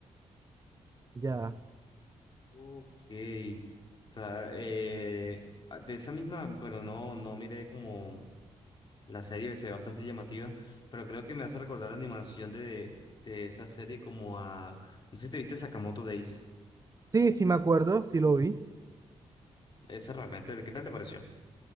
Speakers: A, on the right (about 30°); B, on the left (about 40°).
A: Ya.
B: Ok. Está, eh, ah, de esa misma, bueno, no, no miré como la serie, se ve bastante llamativa, pero creo que me hace recordar la animación de, de esa serie como a... No sé si te viste Sakamoto Days.
A: Sí, sí me acuerdo, sí lo vi.
B: Esa realmente, ¿qué tal te pareció?